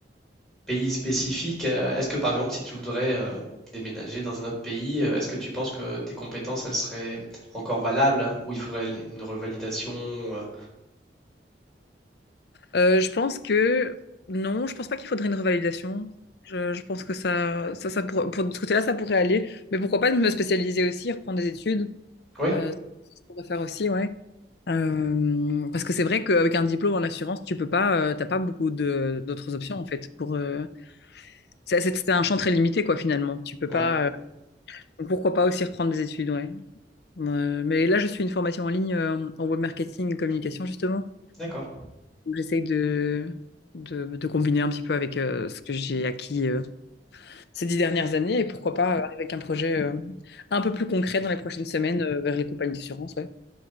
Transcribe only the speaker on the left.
Euh, je pense que non, je pense pas qu'il faudrait une revalidation. Je, je pense que ça, ça, ça pourrait- pour, de ce côté-là, ça pourrait aller. Mais pourquoi pas me spécialiser aussi, reprendre des études.
Euh, c'est ce qu'on va faire aussi, ouais. Euh, parce que c'est vrai qu'avec un diplôme en assurance, tu peux pas, euh, t'as pas beaucoup de d'autres options en fait. Pour euh, c'est c'est- c'est un champ très limité quoi finalement. Tu peux
pas. euh, donc pourquoi pas aussi reprendre des études, ouais. Euh, mais là, je suis une formation en ligne euh, en web marketing et communication justement.
Donc, J'essaye de, de de combiner un petit peu avec euh, ce que j'ai acquis euh, ces dix dernières années et pourquoi pas euh, arriver avec un projet euh, un peu plus concret dans les prochaines semaines euh, vers les compagnies d'assurance, ouais.